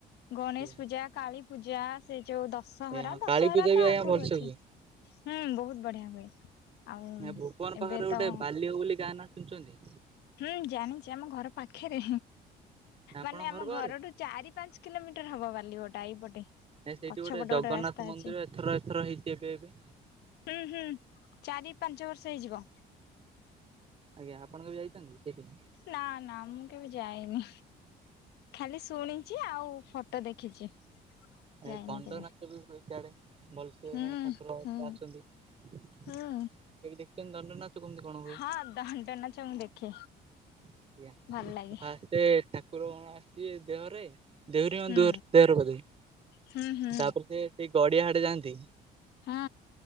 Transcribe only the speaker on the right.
ଆଜ୍ଞା
ଆଜ୍ଞା, ହଁ
କାଳୀ ପୂଜା ବି
ଆଜ୍ଞା
ଭଲସେ
ହୁଏ।
ଆଜ୍ଞା ଭୁବନ ପାଖରେ
ଗୋଟେ
ବାଲିଓ ବୋଲି ଗାଁ ନା ଶୁଣିଛନ୍ତି?
ଆପଣଙ୍କ
ଘର ପାଖରେ?
ନା ସେଇଠି
ଗୋଟେ ଜଗନ୍ନାଥ
ମନ୍ଦିର,
ଏଥର-ଏଥର ହେଇଛି ଏବେ-ଏବେ।
ଆଜ୍ଞା ଆପଣ କେବେ ଯାଇଛନ୍ତି ସେଠି?
ଏ
ଦଣ୍ଡ
ନାଚ ବି ହୁଏ ସିଆଡେ <unintelligible>
ଠାକୁର
ଅଛନ୍ତି। କେବେ
ଦେଖିଛନ୍ତି ଦଣ୍ଡ ନାଚ କେମିତି କଣ ହୁଏ?
ଆଜ୍ଞା
ଫାଷ୍ଟ ରେ ଠାକୁର କଣ ଆସିବେ ଦେହରେ <unintelligible>
<unintelligible>
ତାପରେ ସେ ସେ ଗଡିଆ ଆଡେ ଯାଆନ୍ତି।